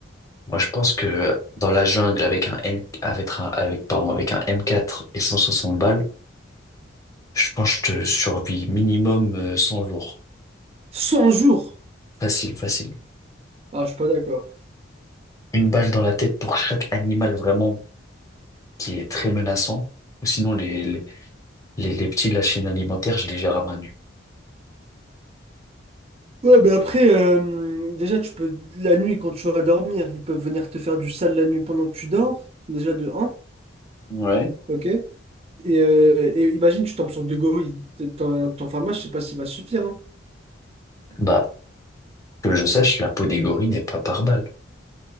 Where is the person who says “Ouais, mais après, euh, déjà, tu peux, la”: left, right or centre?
Right